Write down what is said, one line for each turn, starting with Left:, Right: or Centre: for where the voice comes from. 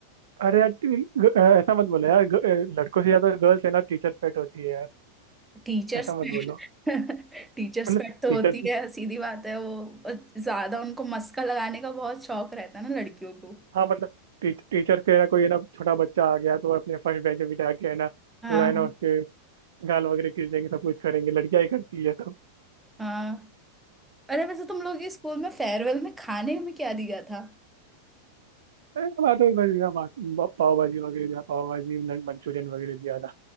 Right: अरे यार टी- ग- अ, ऐसा मत बोलो यार ग- अ, लड़कों से ज्यादा गर्ल्स है ना टीचर्स पेट होती है यार
Centre: Teacher's
Right: ऐसा
Centre: pet
Right: मत बोलो
Centre: टीचर्स
Right: मतलब
Centre: पेट <laughs> तो
Right: टीचर्स
Centre: होती है सीधी बात है वो ज्यादा उनको मस्का लगाने का बहुत शौक रहता है ना लड़कियों को
Right: हाँ मतलब टीच, टीचर के ना कोई ना छोटा बच्चा आ गया तो वो अपने फर्स्ट बेंच पे बिठा के है ना
Centre: हाँ
Right: पूरा है ना उसके गाल वगैरह खींचेंगे सब कुछ करेंगे लड़कियां ही करती है
Centre: हाँ अरे वैसे तुम लोग के स्कूल में फेयरवेल में खाने में क्या दिया था
Right: अरे हमारा तो बस यहाँ बा- पाव भाजी वगैरह दिया पाव भाजी नन- मंचूरियन वगैरह दिया था